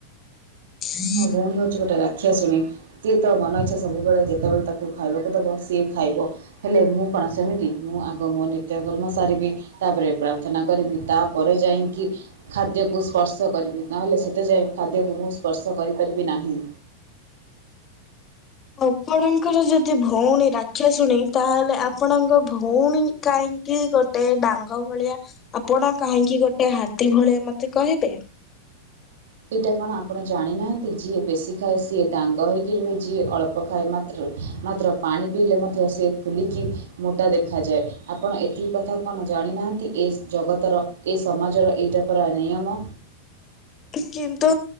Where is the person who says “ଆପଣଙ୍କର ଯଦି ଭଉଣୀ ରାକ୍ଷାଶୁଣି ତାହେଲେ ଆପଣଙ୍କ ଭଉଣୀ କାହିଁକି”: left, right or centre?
Left